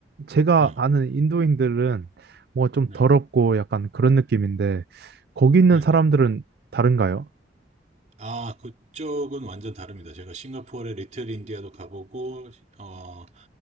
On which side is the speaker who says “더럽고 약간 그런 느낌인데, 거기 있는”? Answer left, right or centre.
Right